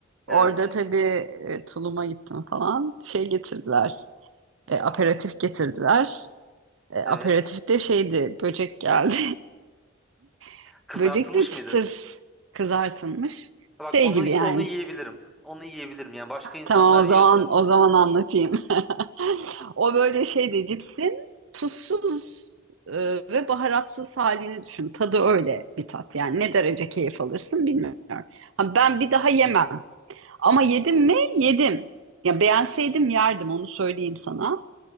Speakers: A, in the centre; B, on the right (about 75°).
A: evet,
B: Orada tabii e, tuluma gittim falan. Şey getirdiler. E, aperatif getirdiler. E, aperatif
A: evet.
B: de şeydi böcek geldi. <laughs>
A: Kızartılmış
B: Böcek de çıtır
A: mıydı?
B: kızartılmış.
A: Bak
B: Şey
A: onu
B: gibi yani
A: onu yiyebilirim. Onu yiyebilirim. Yani başka insanlar
B: Tamam o
A: yiyorsa
B: zaman o zaman anlatayım. <laughs> O böyle şeydi cipsin tuzsuz e, ve baharatsız halini düşün. Tadı öyle bir tat yani. Ne derece keyif alırsın bilmiyorum. Ha, ben bir daha yemem. Ama yedim mi? Yedim. Ya beğenseydim yerdim onu söyleyeyim sana.